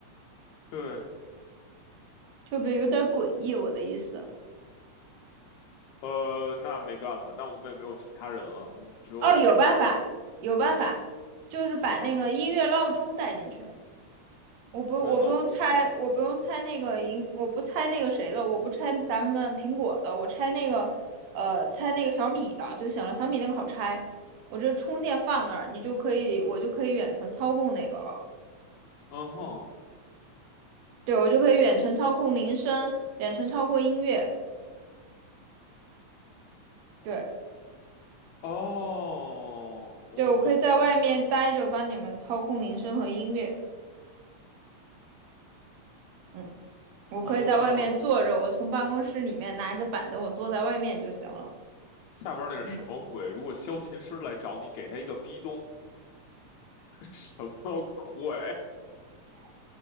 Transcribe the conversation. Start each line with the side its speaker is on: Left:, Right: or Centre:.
Left: 对，
Right: 这会不会有点诡异？我的意思，
Left: 呃，那没办法，那我们也没有其他人了，我们只有咱，
Right: 哦，有办法，有办法，
Left: 对啊，
Right: 就是把那个音乐闹钟带进去。
Left: 是吧？
Right: 我不，
Left: 因为闹钟嘛，
Right: 我不用拆，我不用拆那个银，我不拆那个谁的，我不拆咱们苹果的，我拆那个，呃，拆那个小米的就行了。小米那个好拆，我这充电放那儿，你就可以，我就可以远程操控那个了。
Left: 嗯哼，
Right: 对，我就可以远程操控铃声，远程操控音乐。对，
Left: 哦，我懂了，
Right: 对，我可以在外面待着，帮你们操控铃声和音乐。嗯，我可以在外面坐着，
Left: 我明白了。
Right: 我从办公室里面拿一个板凳，我坐在外面就行了。
Left: 下边那是什么鬼？
Right: 嗯，
Left: 如果萧琴师来找你，给他一个逼咚，<laughs> 什么鬼？